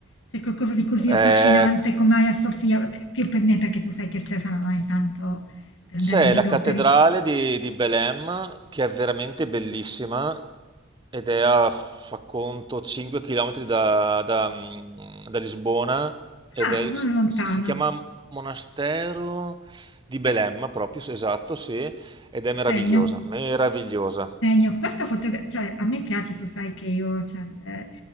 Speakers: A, on the left; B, on the right.
A: c'è qualcosa di così
B: Eh,
A: affascinante come Aia Sofia? Vabbè, più per me perché tu sai che Stefano non è tanto per
B: C'è
A: andare in giro
B: la cattedrale
A: per i
B: di, di Belém che è veramente bellissima ed è a, fa conto, 5 km da, da, mm, da Lisbona ed
A: ah,
B: è,
A: non è lontano,
B: si chiama Monastero di Belém proprio, sì, esatto, sì, ed è meravigliosa,
A: segno.
B: meravigliosa.
A: Genio, questa potrebbe, cioè a me piace, tu sai che io, cioè, il-